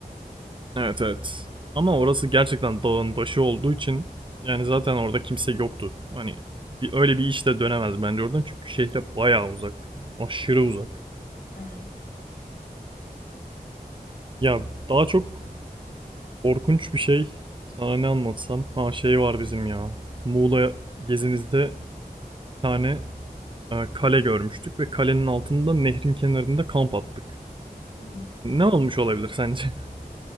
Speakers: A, on the right; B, on the left.
A: Evet evet. Ama orası gerçekten dağın başı olduğu için yani zaten orada kimse yoktu. Hani bir, öyle bir iş de dönemez bence oradan çünkü şehre bayağı uzak. Aşırı uzak.
B: Hmm.
A: Ya daha çok korkunç bir şey. Sana ne anlatsam? Ha şey var bizim ya. Muğla gezimizde tane e, kale görmüştük ve kalenin altında nehrin kenarında kamp attık.
B: Hı hı.
A: Ne olmuş olabilir sence? <laughs>